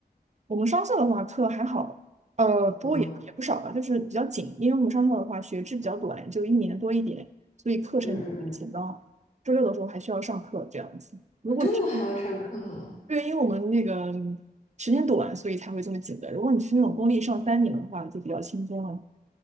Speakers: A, on the right (about 45°); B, on the left (about 50°).
A: 我们商校的话课还好，呃，不过也也不少吧，
B: 嗯
A: 就是比较紧，因为我们商校的话学制比较短，就一年多一点，所以课程紧到周六的时候还需要上课这样子。
B: 嗯嗯嗯，
A: 如果你
B: 我周六还要上课，
A: 对，因为我们那个时间短，所以才会这么紧的。如果你是那种公立上三年的话，就比较轻松了。